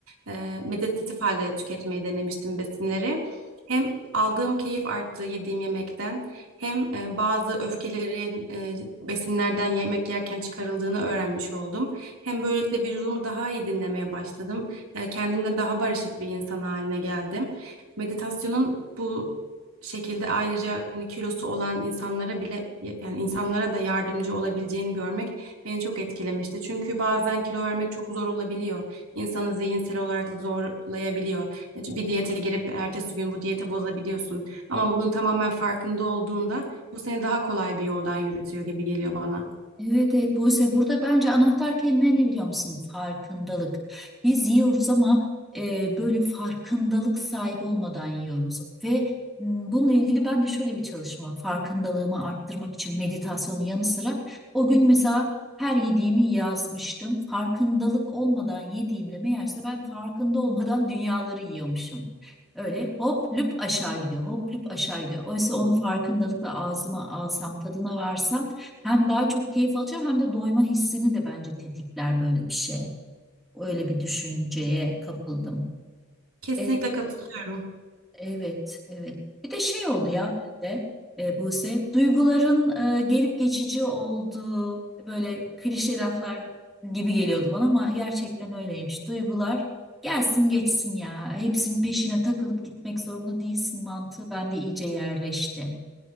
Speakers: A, on the right (about 85°); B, in the centre.
A: e, meditatif halde tüketmeyi denemiştim besinleri. Hem aldığım keyif arttı yediğim yemekten hem e, bazı öfkelerin e, besinlerden yemek yerken çıkarıldığını öğrenmiş oldum. Hem böylelikle vücudumu daha iyi dinlemeye başladım e, kendimle daha barışık bir insan haline geldim. Meditasyonun bu şekilde ayrıca hani kilosu olan insanlara bile yani insanlara da yardımcı olabileceğini görmek beni çok etkilemişti. Çünkü bazen kilo vermek çok zor olabiliyor. İnsanı zihinsel olarak zorlayabiliyor. Bir diyete girip ertesi gün bu diyete bozabiliyorsun. Ama bunun tamamen farkında olduğunda bu seni daha kolay bir yoldan yürütüyor gibi geliyor bana.
B: Evet, evet Buse burada bence anahtar kelime ne biliyor musun? Farkındalık. Biz yiyoruz ama e, böyle farkındalık sahibi olmadan yiyoruz. Ve m, bununla ilgili ben de şöyle bir çalışma farkındalığımı arttırmak için meditasyonun yanı sıra o gün mesela her yediğimi yazmıştım. Farkındalık olmadan yediğimde meğerse ben farkında olmadan dünyaları yiyormuşum. Öyle hop lüp aşağı gidiyor, hop lüp aşağı gidiyor. Oysa onu farkındalıkla ağzıma alsam, tadına varsam hem daha çok keyif alacağım hem de doyma hissini de bence tetikler böyle bir şey. Öyle bir düşünceye kapıldım.
A: Kesinlikle
B: E,
A: katılıyorum.
B: evet, evet. Bir de şey oldu ya bende e, Buse, duyguların e, gelip geçici olduğu böyle klişe laflar gibi geliyordu bana ama gerçekten öyleymiş. Duygular gelsin geçsin ya. Hepsinin peşine takılıp gitmek zorunda değilsin mantığı bende iyice yerleşti